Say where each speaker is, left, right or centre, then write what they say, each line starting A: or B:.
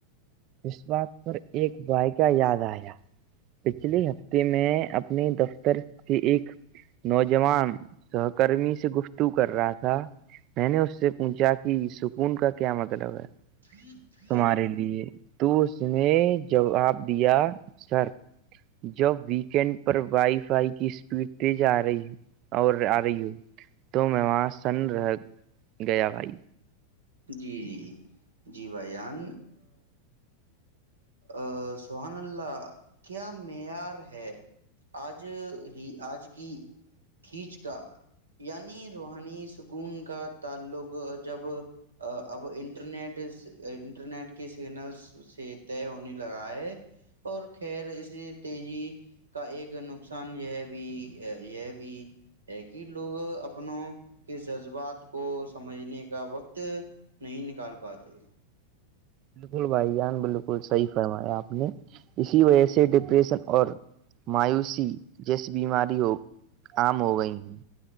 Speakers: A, on the right (about 35°); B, on the right (about 75°).
A: اس بات پر ایک بائیکہ یاد آیا پچھلے ہفتے میں اپنے دفتر سے ایک نوجوان سہکرمی سے گفتگ کر رہا تھا میں نے اس سے پوچھا کہ سکون کا کیا مطلب ہے
B: <inaudible>
A: تمہارے لیے تو اس میں جواب دیا سر جب ویکینڈ پر وائی فائی کی اسپیڈ تیز آ رہی ہے اور آ رہی ہوں تو میں وہاں سن رہ گیا بھائی
B: جی جی جی بھائی جان ا سبان اللہ کیا معیار ہے آج ہی آج کی کھینچ کا یعنی روحانی سکون کا تعلق جب اب انٹرنیٹ انٹرنیٹ کے سگنلس سے طے ہونے لگا ہے اور خیر اسے تیزی کا ایک نقصان یہ بھی یہ بھی ہے کہ لوگ اپنوں کے جذبات کو سمجھنے کا وقت نہیں نکال پاتے
A: بالکل بھائی جان بالکل صحیح فرمایا آپ نے اسی وجہ سے ڈپریشن اور مایوسی جیسی بیماری ہو عام ہو گئی ہے